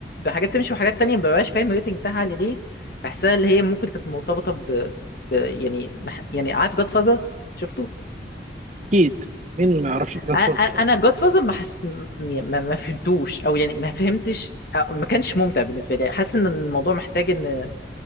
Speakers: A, on the left (about 55°); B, on the right (about 40°).
A: وحاجات تمشي وحاجات تانية ما ببقاش فاهم الريتنج بتاعها عالي ليه بحسها اللي هي ممكن كانت مرتبطه ب, ب... يعني مح... يعني عارف جاد فازر شفته
B: اكيد مين ما يعرفش
A: أ-
B: جاد
A: أ-
B: فاذر
A: انا جاد فازر ما, حس... م- ما ما فهمتوش او يعني ما فهمتش أو ما كانش ممتع بالنسبه لي حاسس ان الموضوع محتاج ان